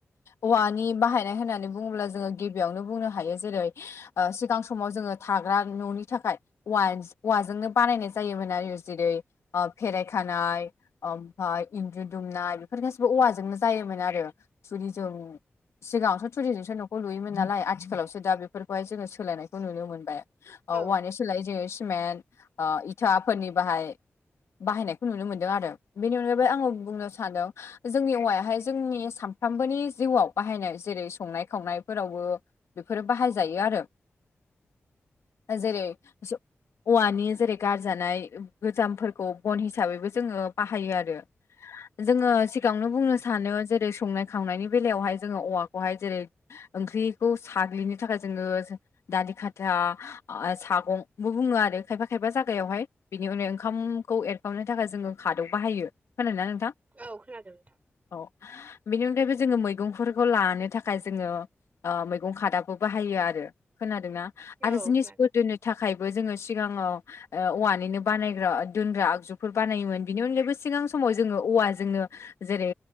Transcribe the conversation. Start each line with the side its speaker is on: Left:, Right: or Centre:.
Left: औवानि बाहायनाय होननानै बुङोब्ला जोङो गिबियावनो बुंनो हायो जेरै। सिगां। समाव जोङो थाग्रा न'नि थाखाय औव औवाजोंनो बानायनाय जायोमोन आरो जेरै। फेरायखानाय। ओमफ्राय इन्न्दु दुमनाय बेफोर गासैबो औवाजोंनो जायोमोन आरो थुरिजों। सिगाङावस' थुरिजोंसो न'खौ लुयोन नालाय आथिखालावसो दा बेफोरखौहायोङो सोलायनाय। खौ नुनो मोनबाय औवानि
Right: औ
Left: सोलाय जोङो सिमेन्ट इथाफोरनि बाहाय। बाहायनायखौ नुनो मोनदों आरो बेनि अनगायैबो आङो बुंनो सानदों। जोंनि औवायाहाय जोंनि सानफ्रामबोनि जिउआव बाहायनाय जेरै संनाय खावनायफोरावबो। बेफोरो बाहायजायो आरो। जेरै। औवानि जेरै गारजानाय गोजामफोरखौ बन हिसाबैबो जोङो बाहायो आरो। जोङो सिगाङावनो बुंनो सानो जेरै संनाय खावनायनि बेलायावहाय जोङो औवाखौहाय जेरै। ओंख्रिखौ साग्लिनो थाखाय जोङो दानि खाथिा। सागंबो बुङो आरो खायफा खायफा जायगायावहाय। बिनि उनाव ओंखामखौ एरखाबनो थाखाय जोङो खादौ बाहायो ख ना नोंथां।
Right: औ खोनादों।
Left: औ बेनि अनगायैबो जोङो मैगंफोरखौ लानो थाखाय जोङो। मैगं खादाबो बाहायो आरो खोनादोंना आरो
Right: औ
Left: जिनिसफोर
Right: खोनादों
Left: दोनो। थाखायबो जोङो सिगाङाव। औवानिनो बानायग्रा दोनग्रा आगजुफोर बानायोमोन बिनि अनगायैबो सिगां समाव जोङो औवाजोंनो। जेरै